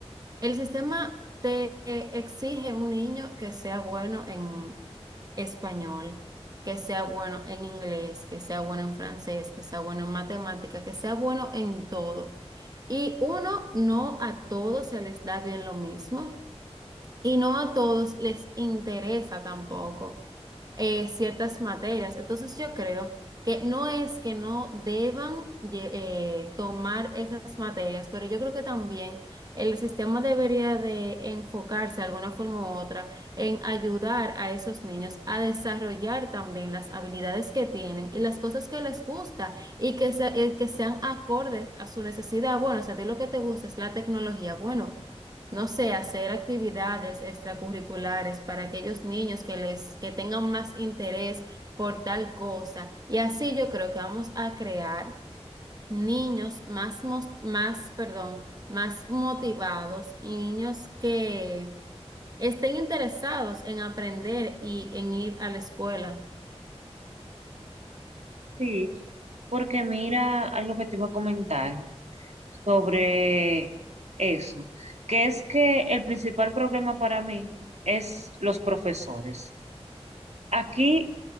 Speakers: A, on the right; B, on the right.
A: el sistema te exige un niño que sea bueno en español, que sea bueno en inglés, que sea bueno en francés, que sea bueno en matemática, que sea bueno en todo. Y uno, no a todos se les da bien lo mismo. Y no a todos les interesa tampoco eh, ciertas materias. Entonces yo creo que no es que no deban lle- eh, tomar esas materias, pero yo creo que también el sistema debería de enfocarse de alguna forma u otra en ayudar a esos niños a desarrollar también las habilidades que tienen y las cosas que les gusta y que, se- eh, que sean acordes a su necesidad. Bueno, o sea, a ti lo que te gusta es la tecnología. Bueno no sé, hacer actividades extracurriculares para aquellos niños que les, que tengan más interés por tal cosa. Y así yo creo que vamos a crear niños más, mos- más, perdón, más motivados y niños que estén interesados en aprender y en ir a la escuela.
B: Sí, porque mira algo que te iba a comentar sobre eso, que es que el principal problema para mí es los profesores. Aquí